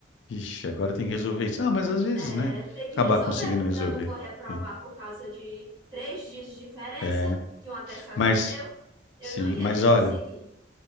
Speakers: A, on the left; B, on the right.
A: ixi, agora tem que resolver isso. Ah, mas às vezes,
B: É,
A: né?
B: tem que
A: Acabar
B: resolver,
A: conseguindo
B: porque
A: resolver.
B: eu não vou reprovar
A: né?
B: por causa de três dias de diferença
A: É,
B: que um atestado
A: mas,
B: me deu. Eu
A: sim,
B: não ia
A: mas
B: ter
A: olha,
B: conseguido.